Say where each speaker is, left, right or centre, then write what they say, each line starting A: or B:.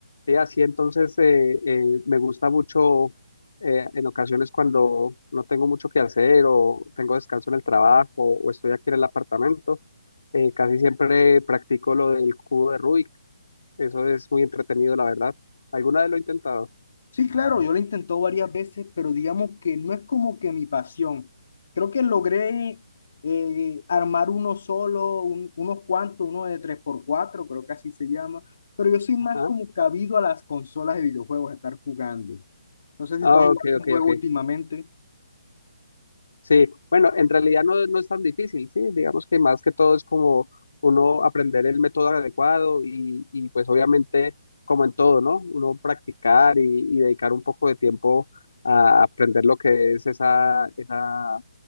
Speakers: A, on the left; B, on the left.
A: Sí, así entonces eh, eh, me gusta mucho eh, en ocasiones cuando no tengo mucho que hacer o tengo descanso en el trabajo o estoy aquí en el apartamento, eh, casi siempre practico lo del cubo de Rubik. Eso es muy entretenido, la verdad. ¿Alguna vez lo he intentado?
B: Sí, claro, yo lo he varias veces, pero digamos que no es como que mi pasión. Creo que logré eh, armar uno solo, un- unos cuantos, uno de tres por cuatro, creo que así se llama, pero yo soy más
A: Ajá.
B: como cabido a las consolas de videojuegos, a estar jugando. No sé si
A: Ah,
B: tú has jugado
A: ok,
B: un
A: ok,
B: juego
A: ok.
B: últimamente.
A: Sí, bueno, en realidad no, no es tan difícil, sí, digamos que más que todo es como uno aprender el método adecuado y, y pues obviamente como en todo, ¿no? Uno practicar y, y dedicar un poco de tiempo a aprender lo que es esa, esa,